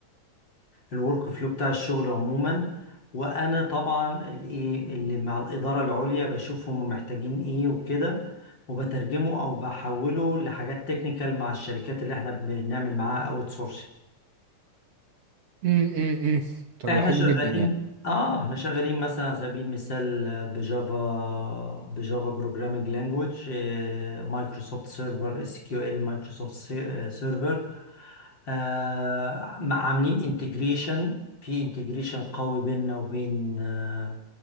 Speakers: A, on the left (about 35°); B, on the right (about 60°).
A: الورك فلو بتاع الشغل عموما وانا طبعا الايه اللي مع الإدارة العليا بشوف هما محتاجين ايه وكده وبترجمه او بحوله لحاجات تكنيكال مع الشركات اللي احنا بنعمل معاها اوت سورسنج
B: امم طب
A: احنا
B: ده حلو
A: شغالين
B: جدا يعني
A: اه احنا شغالين مثلا على سبيل المثال آه، بجافا بجافا بروجرامينج لانجويج مايكروسوفت سيرفر اس كيو ال مايكروسوفت سيرفر آه م- عاملين انتجريشن في انتجريشن قوي بيننا وبين آه،